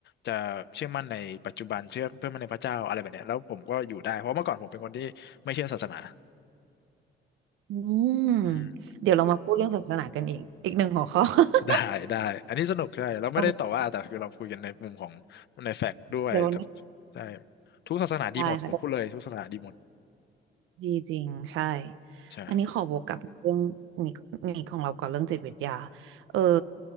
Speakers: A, on the left; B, on the right.
A: จะเชื่อมั่นในปัจจุบันเชื่อเพื่อมั่นในพระเจ้าอะไรแบบเนี้ยแล้วผมก็อยู่ได้เพราะเมื่อก่อนผมเป็นคนที่ไม่เชื่อศาสนา
B: อืม
A: อืม
B: เดี๋ยวเรามาพูดเรื่องศาสนากันอีกอีกหนึ่งหัวข้อ <laughs>
A: ได้ได้ อันนี้สนุกใช่เราไม่ได้ต่อว่าแต่คือเราคุยกันในมุมของ
B: เออ
A: ในแฟกต์ด้วยแต่
B: เดี๋ยววันนี้
A: ใช่ ทุกศาสนาดีหมดผมพูดเลยทุกศาสนาดีหมด
B: ได้ค่ะได้ดีจริงใช่
A: ใช่
B: อันนี้ขอวกกลับเรื่องนี้นี้ของเราก่อนเรื่องจิตวิทยาเออ